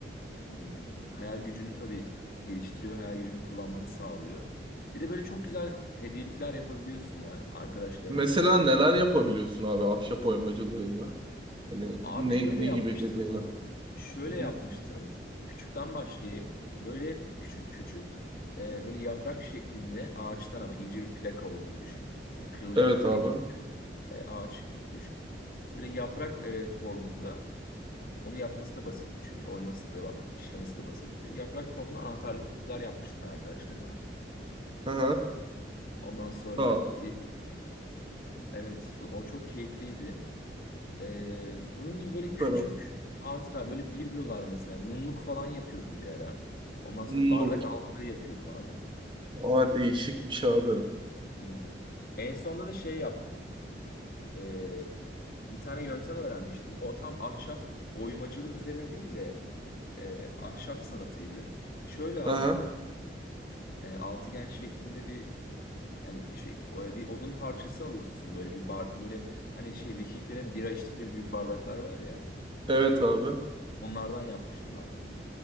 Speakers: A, on the left; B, on the right.
A: hmm, hayal gücünü tabii geliştiriyor, ve hayal gücünü kullanmanı sağlıyor. Bir de böyle çok güzel hediyelikler yapabiliyorsun ya arkadaşlarına
B: Mesela
A: işte
B: neler
A: ne bileyim.
B: yapabiliyorsun abi ahşap oymacılığıyla? Hani
A: Abi
B: ne,
A: şöyle
B: ne
A: yapmıştım.
B: gibi hediyeler? Hı
A: Şöyle yapmıştım.
B: hı.
A: Küçükten başlayayım. Böyle küçük küçük e, böyle yaprak şeklinde ağaçtan ama ince bir plaka olduğunu düşün. Yani kırılacak
B: Evet
A: Evet. kadar
B: abi.
A: ince değil ama e, ağaç gibi düşün. Böyle yaprak e, formunda onu yapması da basitti çünkü oyması da işlemesi de basitti. Yaprak formunda anahtarlıklar yapmıştım ben arkadaşlarıma.
B: Aha.
A: Ondan sonra
B: Ha.
A: e, evet o, o çok keyifliydi. Ee, bunun gibi böyle küçük
B: Beraber.
A: hatıra böyle biblolar mesela mumluk falan yapıyordum bir ara. Ondan sonra
B: Mumluk.
A: bardak altlığı yapıyordum abi.
B: Aa değişikmiş abi.
A: Hmm. En sonunda da şey yaptım. Ee, bir tane yöntem öğrenmiştim. O tam ahşap oymacılık üzerine değil de e, ahşap sanatıydı. Şöyle abi
B: Aha.
A: e, altıgen şeklinde bir yani bir şey o- bir odun parçası alıyorsun böyle bir bar böyle hani şey Vikinglerin bira içtikleri büyük bardaklar var ya
B: Evet abi.
A: onlardan yapmıştım abi.